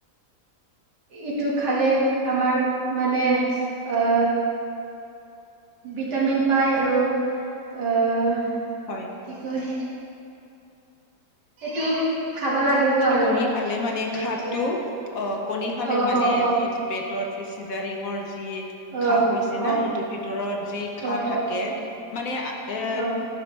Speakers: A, on the right; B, on the left.
A: ইটো খালে আমাৰ মানে অ' ভিটামিন পায় আৰু অ'
B: হয়।
A: কি কয়? সেইটো খাবা লাগিব। আৰু
B: কণী খালে মানে ঘাটো
A: এতিয়া
B: অ' কণী খালে
A: অ
B: মানে,
A: অ
B: আজি
A: অ
B: পেটৰ যি চিজাৰিং যি
A: অ
B: ঘা হৈছে না
A: অ
B: সেইটোৰ ভিতৰত যি ঘা
A: অ অ
B: থাকে
A: অ
B: মানে এ
A: অ